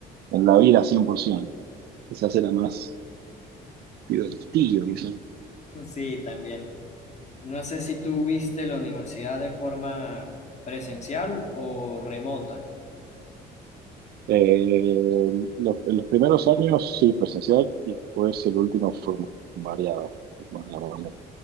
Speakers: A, on the right; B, on the left.
A: en la vida 100%. Quizás era más divertido, quizás.
B: <laughs> sí, también, no sé si tú viste la universidad de forma presencial o remota.
A: Eh, los, en los primeros años sí, presencial, y después el último fue como variado con la pandemia.